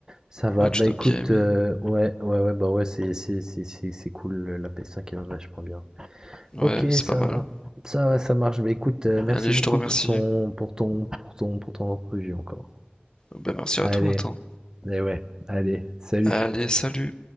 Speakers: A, on the right; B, on the left.
A: Ça va.
B: Ouais,
A: Bah
B: tu dois
A: écoute,
B: bien aimer.
A: euh, ouais, ouais, ouais, bah ouais, c'est, c'est, c'est, c'est, c'est cool, le- la PS5 est vachement bien.
B: Ouais,
A: Ok,
B: c'est
A: ça
B: pas mal.
A: va. Ça va, ça marche. Bah écoute, euh, merci
B: Allez,
A: beaucoup
B: je te remercie.
A: pour ton, pour ton, pour ton, pour ton entrevue encore.
B: Ben, merci
A: Allez,
B: à toi, attends.
A: et ouais, allez, salut.
B: Allez, salut!